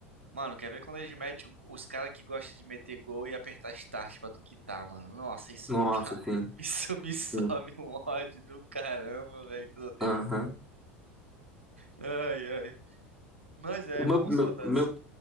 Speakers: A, on the right; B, in the centre.
A: Mano, quer ver quando eles metem um- os caras que gostam de meter gol e apertar start pra tu quitar, mano? Nossa, isso
B: Nossa,
A: me dá. <laughs>
B: sim.
A: Isso me sobe
B: sim.
A: um ódio do caramba, velho. Tu não tem
B: Aham.
A: noção. Ai, ai. Mas é
B: O meu,
A: bom,
B: meu,
A: saudades.
B: meu,